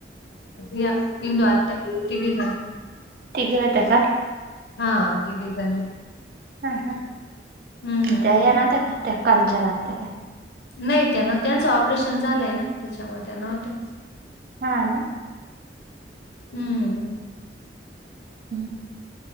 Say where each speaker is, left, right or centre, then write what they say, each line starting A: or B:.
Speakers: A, on the left (about 65°); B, on the right (about 55°).
A: या इंदू आत्या, तिघीजणं.
B: तिघी होत्या का?
A: हा तिघीजणी.
B: हा हा.
A: हम्म.
B: त्या येणार तर का, कंचन आत्यांला.
A: नाही त्या नव्हत्या, त्यांचं ऑपरेशन झालंय ना, त्याच्यामुळं त्या नव्हत्या.
B: हा ना?
A: हम्म
B: हम् <inaudible>